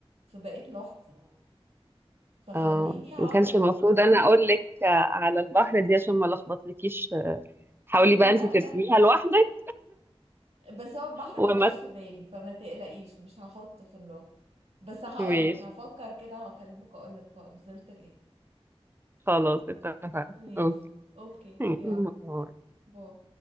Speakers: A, on the right; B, on the right.
A: في بقيه لوحتي فخليني
B: اه
A: هقعد
B: ما كانش
A: افكر
B: المفروض
A: فيها
B: انا اقول لك آه، على البحر دي عشان ما لخبطلكيش حاولي بقى انت
A: لا
B: ترسميها
A: لا
B: لوحدك
A: بس هو البحر
B: وما
A: ما جاش في بالي فما تقلقيش مش هحطه في اللون بس هقولك
B: ماشي
A: هفكر كده هكلمك اقولك وصلت لايه
B: خلاص اتفقنا
A: ماشي
B: اوكي
A: اوكي
B: <laughs>
A: يلا باي